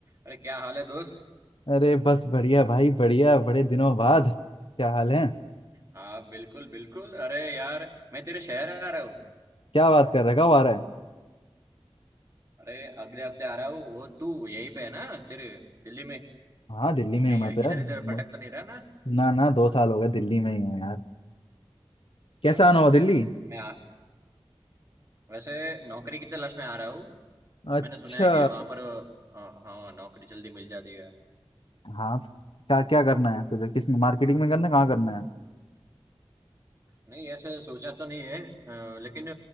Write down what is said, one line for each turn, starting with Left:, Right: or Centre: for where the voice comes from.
Right: अरे क्या हाल है दोस्त
Left: अरे बस बढ़िया भाई बढ़िया बड़े दिनों बाद क्या हाल है
Right: हाँ बिल्कुल बिल्कुल अरे यार मैं तेरे शहर आ रहा हूँ
Left: क्या बात कर रखा हुआ आ रहा है
Right: अरे अगले हफ्ते आ रहा हूँ वो तू यहीं पे है ना तेरे दिल्ली में
Left: हाँ दिल्ली में
Right: कहीं
Left: हूँ मैं तो यार
Right: इधर
Left: मु-
Right: इधर भटक तो नहीं रहा ना
Left: ना ना दो साल हो गए दिल्ली में ही हूँ यार
Right: क्या
Left: कैसा
Right: बात
Left: आना हुआ
Right: है
Left: दिल्ली
Right: मैं आ, वैसे नौकरी की तलाश में आ रहा हूँ
Left: अच्छा
Right: मैंने सुना है कि वहां पर अ, हाँ नौकरी जल्दी मिल जाती है
Left: हाँ तो क्या क्या करना
Right: तो
Left: है तुझे किस में मार्केटिंग में करना है कहाँ करना है
Right: नहीं ऐसे सोचा तो नहीं है अ, लेकिन